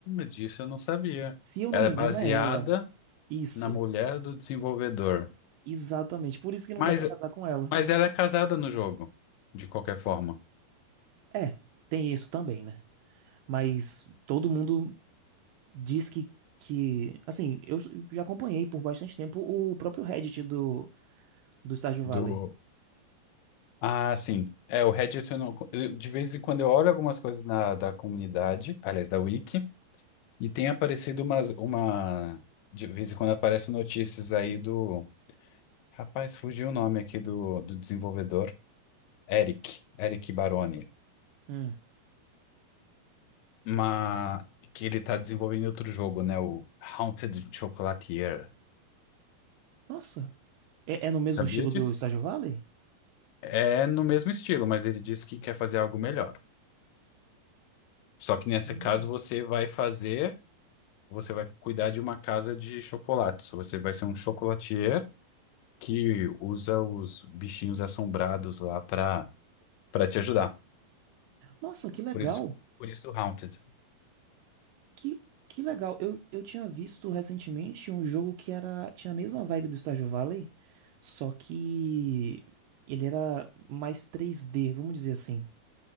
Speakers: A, on the left (about 90°); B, on the right (about 75°).
A: disso eu não sabia.
B: Se eu
A: Ela
B: não me
A: é baseada
B: engano, é ela. Isso,
A: na mulher do desenvolvedor.
B: exatamente. Por isso que não
A: Mas,
B: dá pra casar com ela.
A: mas ela é casada no jogo, de qualquer forma.
B: É, tem isso também, né? Mas todo mundo diz que, que assim, eu já acompanhei por bastante tempo o próprio Reddit do, do Stardew Valley.
A: Do... Ah, sim. É, o Reddit, eu não... eu- de vez em quando eu olho algumas coisas na, da comunidade, aliás, da Wiki, e tem aparecido umas, uma... De vez em quando aparecem notícias aí do... Rapaz, fugiu o nome aqui do, do desenvolvedor. Eric, Eric Baroni,
B: Hum.
A: mas que ele tá desenvolvendo outro jogo, né? O Haunted Chocolatier.
B: Nossa, é, é no mesmo
A: Sabia
B: estilo
A: disso?
B: do Stardew Valley?
A: É no mesmo estilo, mas ele disse que quer fazer algo melhor. Só que nesse
B: Hum.
A: caso você vai fazer, você vai cuidar de uma casa de chocolates. Você vai ser um chocolatier que usa os bichinhos assombrados lá pra para te ajudar.
B: Nossa, que legal.
A: Por isso, por isso Haunted.
B: Que, que legal. Eu, eu tinha visto recentemente um jogo que era, tinha a mesma vibe do Stardew Valley, só que ele era mais três d vamos dizer assim.